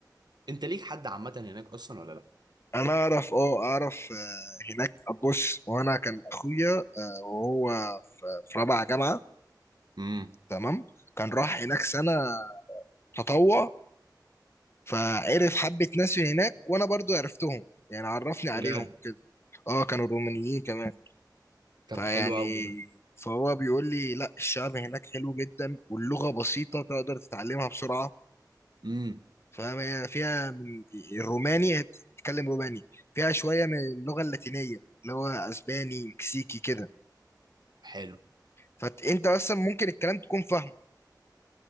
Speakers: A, on the right; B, on the left.
A: انت ليك حد عامه هناك اصلا ولا لا
B: انا اعرف اه اعرف آه، هناك بص وانا كان اخويا آه، وهو في في رابعه جامعه
A: امم
B: تمام كان راح هناك سنه تطوع فعرف حبه ناس من هناك وانا برضو عرفتهم يعني عرفني عليهم
A: بجد
B: وكده اه كانوا رومانيين كمان
A: طب
B: فيعني
A: حلو قوي
B: فهو بيقول لي لا الشعب هناك حلو جدا واللغه بسيطه تقدر تتعلمها بسرعه
A: امم
B: فاهم هي فيها من الروماني هي بتتكلم روماني فيها شويه من اللغه اللاتينيه اللي هو اسباني مكسيكي كده
A: حلو
B: فانت اصلا ممكن الكلام تكون فاهمه